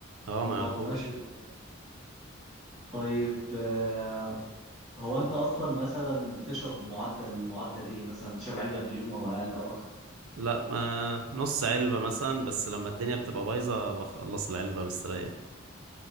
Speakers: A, on the right; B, in the centre.
A: اه ما
B: طب
A: يعرفوش
B: ماشي ده. طيب آه، هو انت اصلا مثلا تشرب معدل معدل ايه مثلا تشرب علبة في اليوم او اقل او اكتر
A: لا ما نص علبة مثلا بس لما الدنيا بتبقى بايظة بخلص العلبة مستريح